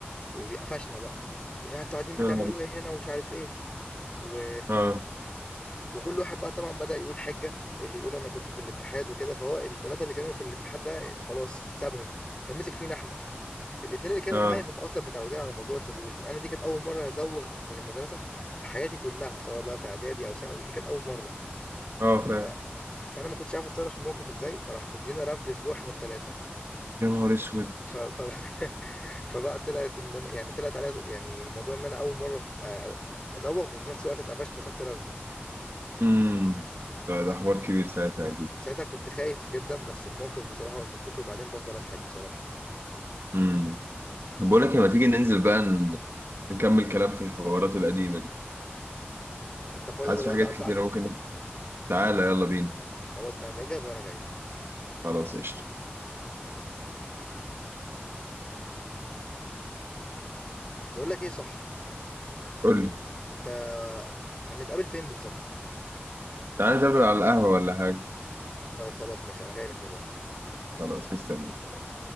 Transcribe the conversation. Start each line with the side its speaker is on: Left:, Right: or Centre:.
Left: وبيقفشنا بقى لا انتوا قاعدين بتعملوا
Right: يا نهار أسود.
Left: ايه هنا ومش عارف ايه و...
Right: اه
Left: وكل واحد بقى طبعا بدأ يقول حجة اللي يقول انا كنت في الاتحاد وكده فهو الثلاثة اللي كانوا في الاتحاد ده يعني خلاص سابهم فمسك فينا احنا الاثنين اللي كانوا
Right: اه
Left: معايا هم اصلا متعودين على موضوع التزويغ انا دي كانت اول مرة ازوغ من المدرسة في حياتي كلها سواء بقى في اعدادي او ثانوي دي كانت اول مرة
Right: اه فاهم
Left: ف... فانا ما كنتش عارف اتصرف في الموقف ازاي فراح مدينا رفد اسبوع احنا الثلاثة
Right: يا نهار اسود
Left: ف ف <laughs> فبقى طلعت إن أنا يعني طلعت عليا ز- يعني الموضوع إن أنا أول مرة آآ أزوّغ وفي نفس الوقت اتقفشت وخدت رفد.
Right: امم ده ده حوار كبير ساعتها اكيد
Left: ساعتها كنت خايف جدًا، بس الموقف بصراحة لمّا بافتكره بعدين بافضل أضحك بصراحة.
Right: امم طب بقول لك إيه، ما تيجي ننزل بقى ن- نكمل كلام في الحوارات القديمة دي
Left: أنت فاضي
Right: حاسس
Left: دلوقتي
Right: في حاجات
Left: عدّى
Right: كتيرة
Left: عليك؟
Right: ممكن تعالى يلا بينا
Left: خلاص تمام اجهز وأنا جاي لك.
Right: خلاص قشطة
Left: باقول لك إيه صح،
Right: قول لي
Left: أنت هنتقابل فين بالضبط؟
Right: تعالى نتقابل على القهوة ولا حاجة
Left: طيب خلاص ماشي أنا جاي لك دلوقتي.
Right: خلاص مستني
Left: سلام.